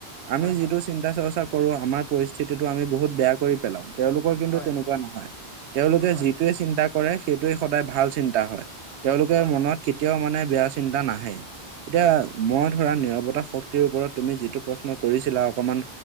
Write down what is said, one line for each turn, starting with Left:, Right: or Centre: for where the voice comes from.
Right: আমি
Centre: হয় হয়
Right: যিটো চিন্তা -চৰ্চা কৰো আমাৰ পৰিস্থিতিটো আমি বহুত বেয়া কৰি পেলাও তেওঁলোকৰ কিন্তু
Centre: হয়
Right: তেনেকুৱা নহয়। তেওঁলোকে
Centre: নহয়
Right: যিটোৱে
Centre: নহয়
Right: চিন্তা কৰে। সেইটোৱে সদায়
Centre: উম
Right: ভাল চিন্তা হয় তেওঁলোকে
Centre: হয়
Right: মনত
Centre: হয়
Right: কেতিয়াও মানে বেয়া চিন্তা নাহে এতিয়া
Centre: হয় হয়
Right: মই ধৰা নিৰাপত্তা শক্তি, তুমি যিটো প্ৰশ্ন কৰিছিলা। অকমান